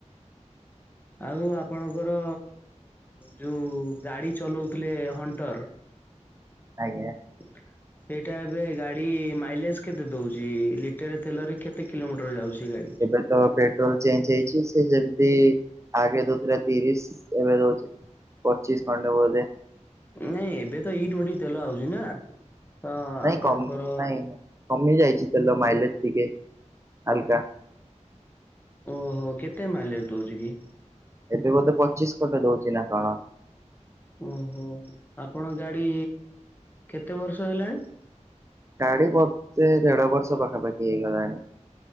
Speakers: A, on the left; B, on the right.
A: ଆଉ ଆପଣଙ୍କର ଯୋଉ ଗାଡି ଚଲାଉଥିଲେ ହଣ୍ଟର।
B: ଆଜ୍ଞା।
A: ଓେ ସେଇଟା ଏବେ ଗାଡି ମାଇଲେଜ କେତେ ଦଉଛି ଲିଟେରେ ତେଲରେ କେତେ କିଲୋମିଟର ଯାଉଛି ଗାଡି।
B: ଏବେ ତ ପେଟ୍ରୋଲ ଚେଞ୍ଜ ହେଇଛି ସେ ସେମତି। ଆଗେ ଦଉଥିଲା ତିରିଶ ଏବେ ରଉଛି ପଚିଶ ଖଣ୍ଡେ ବୋଧେ।
A: ନାଇଁ ଏବେ ତ ଇ ଟ୍ୱେଣ୍ଟି ତେଲ ଆଉଛି ନା। ତ
B: ନାଇଁ
A: ଆପଣଙ୍କର
B: କମ୍ ନାଇଁ ନାଇଁ କମି ଯାଇଛି ତେଲ ମାାଇଲେଜ ଟିକେ। ଅବିକା।
A: ଓହୋ କେତେ ମାଇଲେଜ ଦଉଛି କି।
B: ଏବେ ବୋଧେ ପଚିଶ ଖଣ୍ଡେ ଦଉଛି ନା କଣ।
A: ଓହୋ ଆପଣ ଗାଡି କେତେ ବର୍ଷ ହେଲାଣି।
B: ଗାଡି ବର୍ଷେ ଦେଢ ବର୍ଷ ପାଖା ପାଖି ହେଇ ଗଲାଣି।